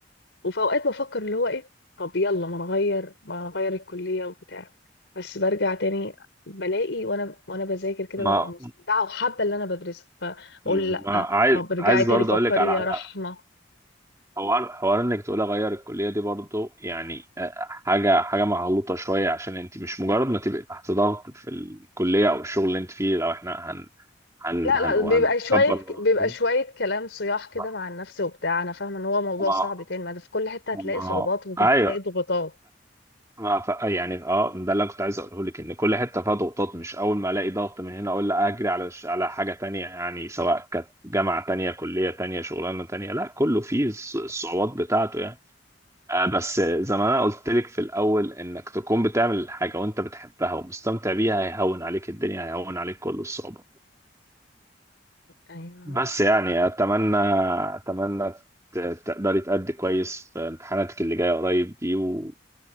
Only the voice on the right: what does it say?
ما
مم.
عايز
عايز
برضه
اقول لك على
حاجه
حوار حوار انك تقول اغير الكليه دي برضه يعني آه، حاجه حاجه مغلوطه شويه عشان انت مش مجرد ما تبقي تحت ضغط في الكليه او الشغل اللي انت فيه لو احنا هن هن
هن
هنكبر الموضوع
ده شوية.
ما
ما
ما ما
هو
ايوه
ما ف... يعني اه ده اللي أنا كنت عايز اقوله لك ان كل حته فيها ضغوطات مش اول ما الاقي ضغط من هنا اقول لا اجري على ش... على حاجه تانية يعني سواء كانت جامعه تانية كليه تانية شغلانه تانية لا كله فيه الص- الصعوبات بتاعته يعني آه بس زي ما انا قلت لك في الاول انك تكون بتعمل حاجه وانت بتحبها ومستمتع بيها هيهون عليك الدنيا هيهون عليك كل الصعوبات
بس يعني اتمنى اتمنى ت- تقدري تأدي كويس في امتحاناتك اللي جايه قريب دي و...